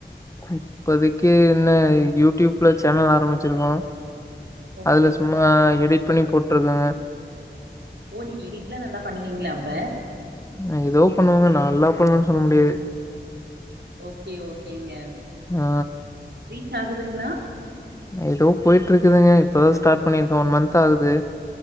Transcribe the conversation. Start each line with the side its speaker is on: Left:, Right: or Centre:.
Left: இப்பதிக்கு என்ன யூடியூப்ல சேனல் ஆரம்பிச்சிருக்கோம்
Right: ஓகே
Left: அதுல
Right: ஓகேங்க
Left: சும்மா எடிட் பண்ணி போட்டுருக்கங்க
Right: ஓ நீங்க எடிட்லாம் நல்லா பண்ணுவீங்களா அப்ப
Left: நான் ஏதோ பண்ணுவாங்க நல்லா பண்ணுவேன்னு சொல்ல முடியாது
Right: ஓகே ஓகேங்க
Left: ஆ
Right: ரீச் ஆகுதுங்களா
Left: ஏதோ போயிட்டு இருக்குதுங்க இப்பதான் ஸ்டார்ட் பண்ணியிருக்கேன் ஒன் மந்த் ஆகுது